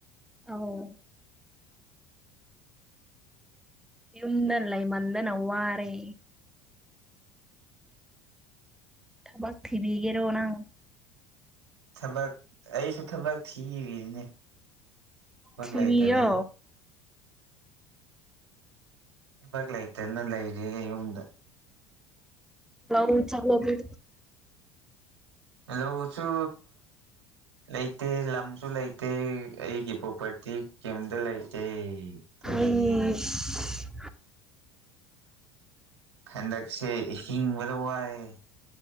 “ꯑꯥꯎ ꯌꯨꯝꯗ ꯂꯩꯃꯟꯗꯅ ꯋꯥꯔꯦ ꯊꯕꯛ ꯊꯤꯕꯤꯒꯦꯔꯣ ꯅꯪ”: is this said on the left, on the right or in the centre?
Centre